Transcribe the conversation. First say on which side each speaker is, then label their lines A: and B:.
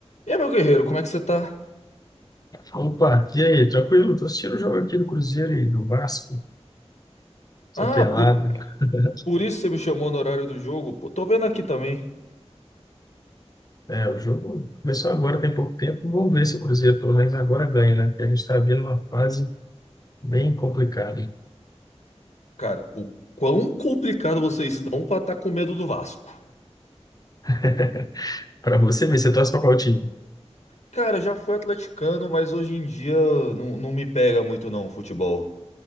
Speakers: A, on the left; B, on the left.
A: E aí, meu guerreiro, como é que você tá?
B: Opa, e aí, tranquilo? Tô assistindo o jogo aqui do Cruzeiro e do Vasco, essa
A: Ah,
B: pelada.
A: por,
B: <laughs>
A: por isso você me chamou no horário do jogo, pô. Tô vendo aqui também.
B: É, o jogo começou agora, tem pouco tempo. Vamos ver se o Cruzeiro pelo menos agora ganha, né? Porque a gente está vendo uma fase bem complicada.
A: Cara, o quão complicado vocês estão pra tá com medo do Vasco.
B: <laughs> Para você ver, você torce para qual time?
A: Cara, eu já fui atleticano, mas hoje em dia não, não me pega muito não, o futebol.